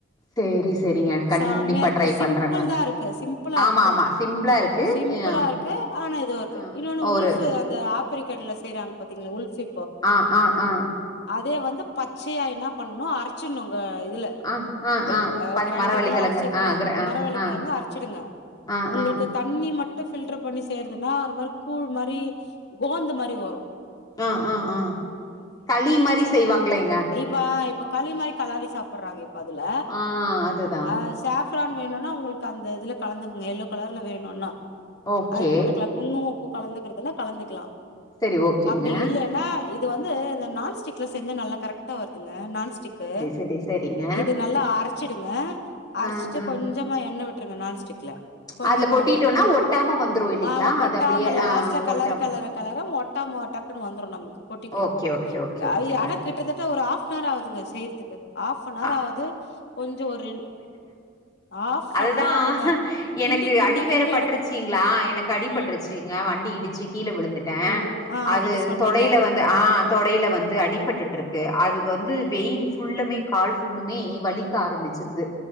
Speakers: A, on the left (about 20°); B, on the left (about 60°).
A: சேரி செரிங்க கண்டிப்பா
B: செமயா இருக்கு
A: ட்ரை
B: சிம்பிள்தா
A: பண்றேங்க
B: இருக்கு சிம்பிளா
A: ஆமா
B: இருக்கு
A: ஆமா சிம்பிளா இருக்கு
B: சிம்பிளா
A: ஆ
B: இருக்கு ஆனா இதுவு இருக்கு
A: ஆ
B: இன்னொன்னு
A: ஒரு
B: உல்ஃபு இந்த ஆப்பிரிக்கன்ல செய்றாங்க பாத்தீங்களா உல்ஃபி
A: அ அ அ அ
B: அதே வந்து பச்சையா என்ன பண்ணணோ அரிச்சனு உங்க இதுல
A: ஆ ஆ
B: க
A: ஆ
B: அ
A: பட்
B: க்ரைண்டர்லா
A: மரவள்ளிக்கெழங்கு
B: அரச்சிக்குங்க
A: ஆ கிர ஆ
B: மரவள்ளிக்கெழங்கோ
A: ஆ
B: அரச்சிடுங்க
A: ஆ
B: உங்குளுக்கு
A: ஆ
B: தண்ணி மட்டு ஃபில்டர் பண்ணி செய்யறதுன்னா ஒரு மாதிரி கூழ் மாதிரி கோந்து மாரி வரோ
A: அ அ அ களி மாரி செய்வாங்களேங்க
B: ப்ப இப்ப களி மாரி கலாரி சாப்புட்றாங்க இப்ப அதுல
A: ஆ அதுதா
B: அ சா ஃப்ரான் வேணுனா உங்களுக்கு அந்த இதுல கலந்துகுங்க எல்லோ கலர்ல வேணுனா
A: ஓகே
B: அது போட்டுக்லா குங்குமப்பூ கலந்துக்கிறதுன்னா கலந்துக்லா
A: செரி ஓகேங்க
B: அப்டி இல்லென்னா இது வந்து இந்த நான்ஸ்டிக்ல செஞ்சா நல்லா கரெக்ட்டா வருதுல்ல நான்ஸ்டிக் கு
A: செரி செரி செரிங்க
B: இது நல்லா அரச்சிடுங்க அரச்சிட்டு
A: ஆ ஆ
B: கொஞ் கொஞ்சமா என்ன விட்ருங்க நான்ஸ்டிக்ல கொஞ்சமா
A: அதுல கொட்டிட்டோனா
B: என்ன
A: ஒட்டாம வந்துரு இல்லைங்களா
B: ஆமா கொட்டாம
A: அது அப்டியே
B: லாஸ்ட்ல
A: ஆ
B: கெலர
A: ஒட்டாம
B: கெலர கலரு ஒட்டாம ஓட்டாம வந்துரு நமக்கு கொட்டிக்லா
A: ஓகே ஓகே ஓகே ஓகேங்க
B: ஐ ஆனா கிட் கிட்டதட்ட ஒரு ஹாப் அன்வர் ஆகுதுங்க செய்றதுக்கு ஹாப் அன்வர்
A: அ
B: ஆகுது கொஞ்சோ ஒரு ரெண் ஹாஃப்னவர்
A: அதுதான்
B: ஆகுதுங்க
A: எனக்கு
B: கிண்டி கிண்டி
A: அடி வேற
B: கிண்டி
A: பட்ருச்சிங்ளா
B: எடுக்கறதுக்கு
A: எனக்கு அடி பட்ருச்சிங்க
B: ம்
A: வண்டி இடிச்சு கீழ விழுந்துட்டே
B: ஓ ஆ ஆல்ரெடி
A: அது
B: சொன்னீங்க
A: தொடைல வந்து ஆ ஆ தொடைல வந்து அடிபட்டுட்டுருக்கு அது வந்து வெய்ன் புல்லமே கால் புள்ளுமே வலிக்க ஆரம்பிச்சிருது